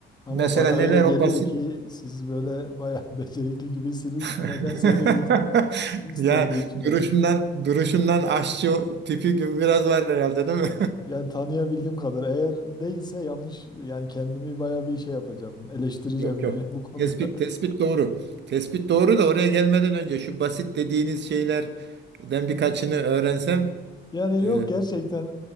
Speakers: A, on the left (about 20°); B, on the right (about 60°).
A: Ama
B: mesela
A: bana
B: neler
A: öyle geliyor
B: o basit
A: ki siz böyle bayağı <laughs> becerikli gibisiniz.
B: <laughs>
A: Nedense öyle bir his, his
B: ya
A: doğdu içime.
B: duruşundan duruşundan aşçı tipi gibi biraz var herhalde değil mi?
A: Yani tanıyabildiğim kadar. Eğer değilse yanlış yani kendimi bayağı bir şey yapacağım. Eleştireceğim
B: <laughs> Yok
A: yani
B: yok.
A: <laughs> bu konuda.
B: Tespit tespit doğru. Tespit doğru da oraya gelmeden önce şu basit dediğiniz şeylerden birkaçını öğrensem
A: Yani yok
B: e,
A: gerçekten